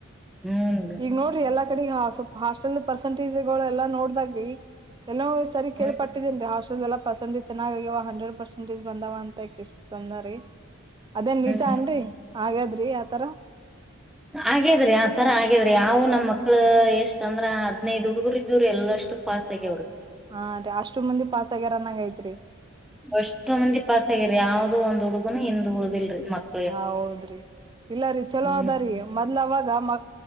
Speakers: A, in the centre; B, on the right.
A: ಹ್ಮ್
B: ಈಗ ನೋಡ್ರಿ ಎಲ್ಲಾ ಕಡೆ ಸ್ವಲ್ಪ ಹಾಸ್ಟೆಲ್ ಪರ್ಸೆಂಟೇಜ್ಗಳು ಎಲ್ಲಾ ನೋಡ್ದಾಗ್ರಿ ಎಲ್ಲ ಸರಿ ಕೇಳಳ್ಪಟ್ಟಿದೀೇನ್
A: ಹ್ಮ್
B: ರೀಷ್ಟ ಲ್ಲ ಪರ್ಸೆಟೇಜ್ೆನ್ನಾಗಿ್ಯವ ಹಂಡ್ರೆಡ್ ಪರ್ಸೆಂಟಜ್ ಬಂದವ ಅಂತ ಇಷ್ಟ್ ಅಂದ ಅದೇನ್ ನಿಜ
A: ಹ್ಮ್
B: ಅನ್ರಿ ಹಾಗಗಾದ್ರಿ ಆತರ
A: ಹಾಗೇದ್ರಿ ಆತರ ಆಗೇದ್ರಿ ಯಾವವು ನಮ್ಮ್ಕ್ಳ ಎಷ್ಟ ಅಂದ್ರ ಹದ್ನೈದ್ ಹುಡುಗರು ಇದವ್ರೀ ಎಲ್ಲಷ್ಟು ಪಾಸ್ ಆಗ್ಯ ಅವ್ರು
B: ಹಾ ರೀ ಅಷ್ಟು ಮಂದಿ ಪಾಸಸ್ಗ್ಯಾರನ್ನಾಗ ಐತ್ರಿ
A: ಅಷ್ಟು ಮಂದಿ ಪಸ್ ಆಗ್ಯ್ರರಿ ಯಾವ್ದು ಒಂದ್ ಹುಡುಗುನು ಹಿಂದ್ ಉಳ್ದಿಲ್ರಿ ಮತ್ತ
B: ಹ ಹೌದ್ರಿ ಇಲ್ಲ ರೀ ಚಲೋ
A: ಹ್ಮ್
B: ಅದಾರೀ ಮೊದ್ಲು ಅವಾಗ ಮ